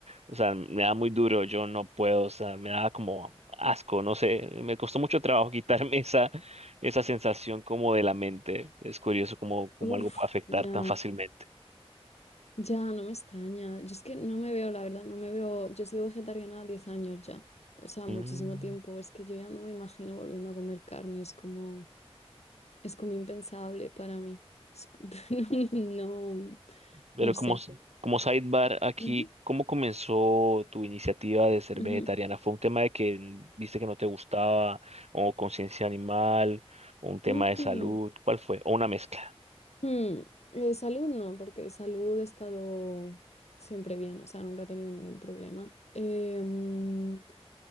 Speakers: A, on the right; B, on the left.
A: O sea, me da muy duro, yo no puedo, o sea, me da como asco, no sé, me costó mucho trabajo <laughs> quitarme esa, esa sensación como de la mente. Es curioso cómo, cómo
B: Uf,
A: algo puede afectar
B: ya.
A: tan fácilmente.
B: Ya, no me extraña. Yo es que no me veo, la verdad, no me veo. Yo he sido vegetariana 10 años ya. O sea,
A: Mm,
B: muchísimo tiempo. Es que yo ya no me imagino volviendo a comer carne. Es como, es como impensable para mí. Es c- <laughs> no, no,
A: Pero
B: no sé.
A: como, s- como sidebar aquí,
B: Ujú,
A: ¿cómo comenzó tu iniciativa de ser
B: ujú,
A: vegetariana? ¿Fue un tema de que mm, viste que no te gustaba, o conciencia animal, o un tema
B: ujú.
A: de salud? ¿Cuál fue? ¿O una mezcla?
B: Mm, eh, salud no, porque de salud he estado siempre bien. O sea, nunca he tenido ningún problema. Em,